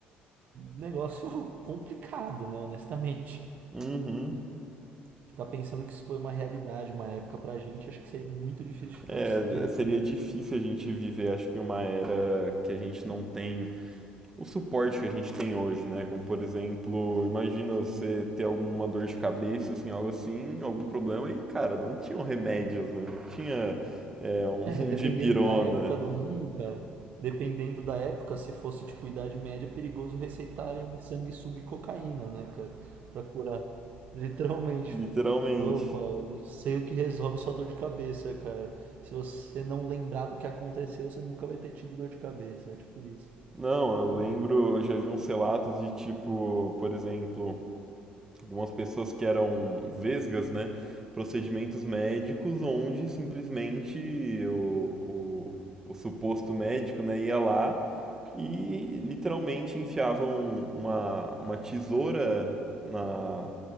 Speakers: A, on the right; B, on the right.
A: Negócio <laughs> complicado, né, honestamente.
B: Uhum.
A: Ficar pensando que isso foi uma realidade, uma época pra gente, acho que seria muito difícil de
B: É,
A: força de,
B: seria
A: de
B: difícil a gente viver, acho que uma era que a gente não tem o suporte que a gente tem hoje, né? Como, por exemplo, imagina você ter alguma dor de cabeça, assim, algo assim, algum problema, e, cara, não tinham remédios, né? Não tinha, é, um
A: É,
B: <laughs>
A: dependendo
B: dipirona,
A: da época do mundo, cara. Dependendo da época, se fosse tipo Idade Média, é perigoso receitarem sanguessuga e cocaína, né, cara? Pra curar. Literalmente.
B: literalmente.
A: Falou, opa, eu sei o que resolve sua dor de cabeça, cara. Se você não lembrar do que aconteceu, você nunca vai ter tido dor de cabeça. É tipo isso.
B: Não, eu lembro,
A: É,
B: eu já vi uns relatos de tipo, por exemplo, algumas pessoas que eram vesgas, né? Procedimentos médicos onde simplesmente o, o, o suposto médico, né, ia lá e literalmente enfiavam uma, uma tesoura na,